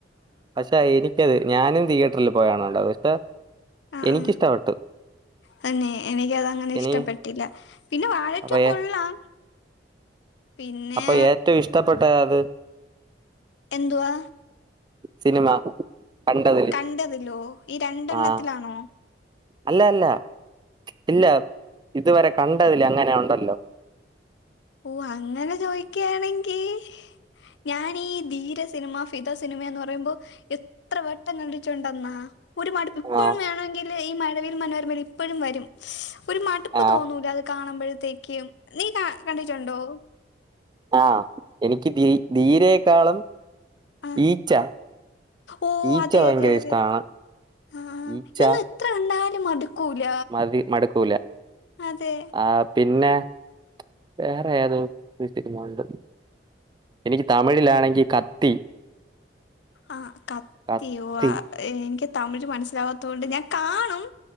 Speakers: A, on the right; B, on the left.
A: പക്ഷെ എനിക്കത് ഞാനും തിയേറ്ററിൽ <unintelligible>
B: ആ
A: എനിക്കിഷ്ടവെട്ടു
B: ആ തന്നെ എനിക്ക് അത് അങ്ങനെ
A: ഇനി
B: ഇഷ്ടപ്പെട്ടില്ല പിന്നെ വാഴറ്റു
A: അപ്പൊ
B: കൊള്ളാം പിന്നെ
A: അപ്പൊ ഏറ്റവും ഇഷ്ടപ്പെട്ടത് ഏത്?
B: എന്തുവാ?
A: സിനിമ കണ്ടതില്
B: കണ്ടതില്ലോ ഈ രണ്ടെണ്ണത്തിലാണോ?
A: ആ അല്ല അല്ല ഇല്ല ഇതുവരെ കണ്ടതില് അങ്ങനെ ഉണ്ടല്ലോ
B: ഓ അങ്ങനെ ചോയ്ക്കാണെങ്കി ഞാനീ ധീര സിനിമ, ഫിത സിനിമയന്ന് പറയുമ്പോ എത്ര വട്ടം കണ്ടിട്ടുണ്ടന്നാ ഒരു മടുപ്പ് ഇപ്പോഴും
A: ആ
B: വേണങ്കില് ഈ മഴവിയിൽ മനോരമയിൽ ഇപ്പഴും വരും ഒരു മടുപ്പ്
A: ആ
B: തോന്നൂല്ല അ കാണുമ്പോഴത്തേക്കും നീ കാ കണ്ടിട്ടുണ്ടോ?
A: ആഹ് എനിക്ക് ധീ ധീരെക്കാളും
B: ആ
A: ഈച്ച
B: ഓ
A: ഈച്ച
B: അതെ
A: ഭയങ്കര
B: അതെ അതെ
A: ഇഷ്ടാണ്
B: ആ ആ.
A: ഈച്ച
B: ഇതൊന്നും എത്ര കണ്ടാലും മടുക്കൂല
A: ര് മട്ക്കൂല
B: അതെ
A: ആഹ് പിന്നെ വേറെ ഏതോ സിനിമ കണ്ട് എനിക്ക് തമിഴിലാണെങ്കി കത്തി
B: ആഹ് കത്തിയോ
A: കത്തി
B: എനിക്ക് തമിഴ് മനസ്സിലാവാത്തോണ്ട് ഞാൻ കാണും